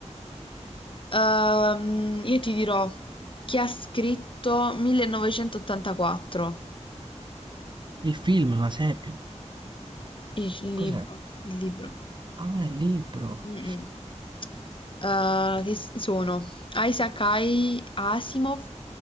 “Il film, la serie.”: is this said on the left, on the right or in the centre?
Right